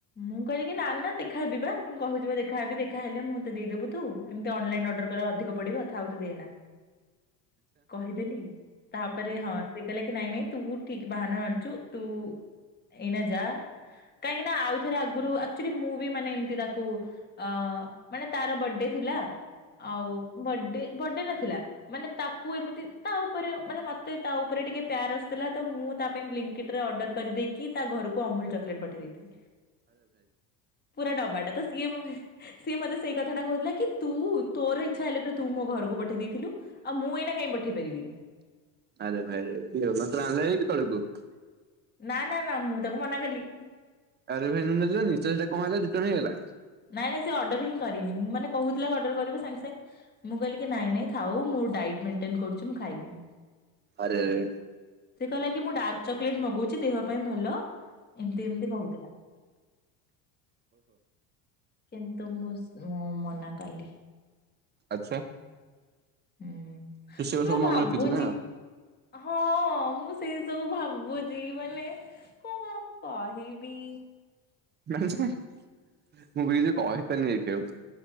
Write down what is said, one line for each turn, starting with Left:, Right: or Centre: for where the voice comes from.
Left: ମୁଁ କହିଲି ନା ନା ଦେଖାହେବି ବା ମୁଁ କହୁଛି ବା ଦେଖାହବି ଦେଖାହଲେ ମୁଁ ମତେ ଦେଇଦବୁ ଏମତି ଅନଲାଇନ ଅର୍ଡର କଲେ ଅଧିକ ପଡିବ ଥାଉ ତୁ ଦେଏ ନା। କହିଦେଲି ତାପରେ ହଁ। ସେ କହିଲା କି ନାଇଁ ନାଇଁ ତୁ ଠିକ ବାହାନା ମାରୁଛୁ ତୁ ଏଇନା ଯା କାହିଁକି ନା ଆଉ ଥରେ ଆଗରୁ ଆକୁଚୁଲି ମୁଁ ବି ମାନେ ଏମିତି ତାକୁ ଅ ମାନେ ତାର ବର୍ଥଡେ ଥିଲା ଆଉ ବଡଡେ ବଡଡେ ନଥିଲା ମାନେ ତାକୁ ଏମିତି ତା ଉପରେ ମାନେ ମତେ ତା ଉପରେ ଟିକେ ପ୍ୟାର ଆୁଥିଲା ତ ମୁଁ ତା ପାଇଁ ବ୍ଙ୍କଟ ରେ ଅର୍ଡର କରିଦେଇକି ତା ଘରକୁ ଅମୁଲ ଚକଲେଟ ପଠେଇ ଦେଇଥିଲି ପୁରା ଡବାଟା ତ ସିଏ ସିଏ ମତେ ସେଇ କଥାଟା କହୁଥିଲା କି ତୁ ତୋର ଇଚ୍ଛା ହେଲେ ତୁ ମୋ ଘରକୁ ପଠେଇ ଦେଇଥିଲୁ ଆଉ ମୁଁ ଏଇନା କାଇଁ ପଠେଇ ପାରିବିନି
Right: ଆରେ ଭାଇରେ ମନ୍ତ୍ର ଆିଲ ହେଇ କି ତଳକୁୁ
Left: ନା ନା ନା ମୁଁ ତାକୁ ମନା କଲି।
Right: ଆରେ ଭାଇନୁ ନେଲନି ସେଇଟା କଣ ହେଲା ରିଟନ ହିଁ ହେଲା।
Left: ନାଇଁ ନାଇଁ ସେ ଅର୍ଡର ହିଁ କରିନି ମୁଁ ମାନେ କହୁଥିଲା ଅର୍ଡର କରିବ ସାଙ୍ଗେ ସାଙ୍ଗେ ମୁଁ କହିଲି ନାଇଁ ନାଇଁ ଥା ମୁ ଡାଇଟ୍ ମେନ୍‌ଟେନ୍ କରୁଛି ମୁଁ ଖାଇିବିନି
Right: ଆରେରେ
Left: ସେ କହିଲା କି ମୁଁ ଡାର୍କ ଚକୋଲେଟ ମଗଉଛି ଦେହ ପାଇଁ ଭଲ। ଏମିତି ଏମିତି କହୁଥିଲା କିନ୍ତୁ ମୁଁ ମୁଁ ମନା କଲି
Right: ଆଚ୍ଛା
Left: ହୁଁ
Right: ତୁ ସେଗୁରା
Left: ମୁଁ
Right: ସବୁ ମନେ
Left: ଭାବୁଛି।
Right: ରଖିଛୁ ନା
Left: ହଁ ମୁଁ ସେଇ ସବୁ ଭାବୁଛି ମାନେ କଣ କହିବି
Right: ମାନେ ମୁଁ ବିଛି କହିପାରନି ଏଉ